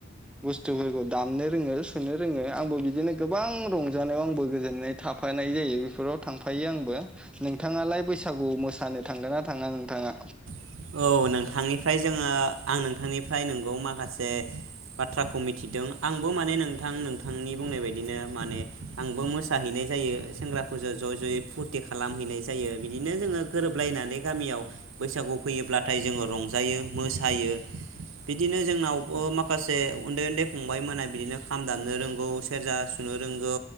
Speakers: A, in the centre; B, on the right (about 70°).
A: बुस्थुफोरखौ दामनो रोङो, सुनो रोङो, आंबो बिदिनो गोबां रंजानायाव आंबो गोजोननाय थाफानाय जायो बेफोराव थांफायो आंबो नोंथाङालाय बैसागु मोसानो थांगोन ना थाङा नोंथाङा
B: औ नोंथांनिफ्राय जोङो आं नोंथांनिफ्राय नोंगौ माखासे बाथ्राखौ मिथिदों आंबो माने नोंथां नोंथांनि बुंनाय बायदिनो माने आंबो मोसाहैनाय जायो सेंग्राफोरजों ज' ज'यै फुरथि खालामहैनाय जायो बिदिनो जोङो गोरोबलायनानै गामियाव बैसागु फैयोब्लाथाय जोङो रंजायो मोसायो बिदिनो जोंनावबो माखासे उन्दै -उन्दै फंबायमोना बिदिनो खाम दामनो रोंगौ, सेरजा सुनो, रोंगौ